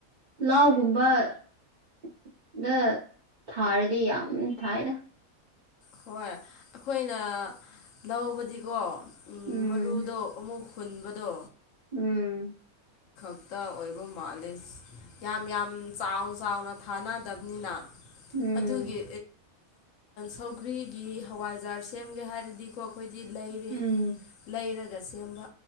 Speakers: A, on the right; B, on the left.
A: ꯂꯧꯒꯨꯝꯕ ꯑꯗ ꯊꯥꯔꯗꯤ ꯌꯥꯝ ꯊꯥꯏꯗ
B: ꯍꯣꯏ ꯑꯩꯈꯣꯏꯅ ꯂꯧꯕꯗꯤꯀꯣ
A: ꯎꯝ
B: ꯃꯔꯨꯗꯣ ꯑꯃꯨꯛ ꯍꯨꯟꯕꯗꯣ
A: ꯎꯝ
B: ꯇ ꯑꯣꯏꯕ ꯃꯥꯜꯂꯦ ꯌꯥꯝ ꯌꯥꯝ ꯆꯥꯎ ꯆꯥꯎꯅ ꯊꯥꯅꯗꯕꯅꯤꯅ
A: ꯎꯝ
B: ꯑꯗꯨꯒꯤ ꯁꯧꯒ꯭ꯔꯤꯒꯤ ꯍꯋꯥꯏꯖꯥꯔ ꯁꯦꯝꯒꯦ ꯍꯥꯏꯔꯗꯤꯀꯣ ꯑꯩꯈꯣꯏꯗꯤ ꯂꯩꯔꯦ
A: ꯎꯝ
B: ꯂꯩꯔꯒ ꯂꯩꯔꯒ ꯁꯦꯝꯕ